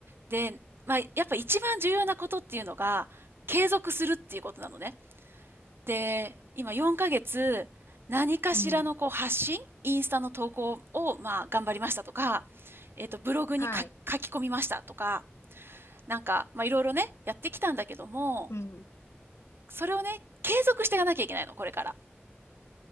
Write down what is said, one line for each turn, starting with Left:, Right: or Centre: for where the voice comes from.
Right: で、まあ、やっぱ一番重要なことっていうのが、継続するっていうことなのね。で、今4ヶ月、何かしらのこう発信、
Left: うん。
Right: インスタの投稿を、まあ、頑張りましたとか、えっ、と、ブログに書き書き込みましたとか、
Left: はい。
Right: なんか、まあ、いろいろね、やってきたんだけども、
Left: うん。
Right: それをね、継続していかなきゃいけないの、これから。